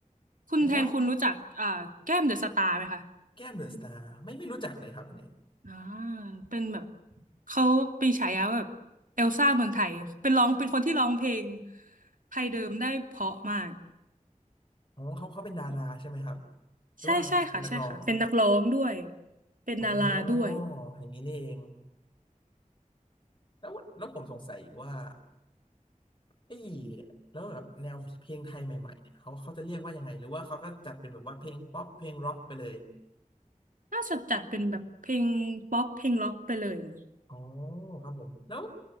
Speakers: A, on the right; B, on the left.
A: คุณแทนคุณรู้จักอ่าแก้มเดอะสตาร์ไหมคะ
B: แล้ว แก้มเดอะสตาร์ไม่ไม่รู้จักเลยครับอันนี้
A: อ่าเป็นแบบเขาปีฉายาว่าแบบเอลซ่าเมืองไทยเป็นร้องเป็นคนที่ร้องเพลงไทยเดิมได้เพราะมาก
B: อ๋อเขาเขาเป็นดาราใช่ไหมครับหรือว่าเป็นนักร้อง
A: ใช่ใช่ค่ะใช่ค่ะเป็นนักร้องด้วยเป็นดาราด้วย
B: อ๋ออย่างนี้นี่เองแล้วแล้วผมสงสัยอีกว่าไอ้ยแล้วแบบแนวเพลงไทยใหม่ๆเนี่ยเขาเขาจะเรียกว่ายังไงหรือว่าเขาก็จัดเป็นแบบว่าเพลงป๊อปเพลงร็อกไปเลย
A: น่าจะจัดเป็นแบบเพลงป๊อปเพลงล็อกไปเลยนะ
B: อ๋อครับผมแล้ว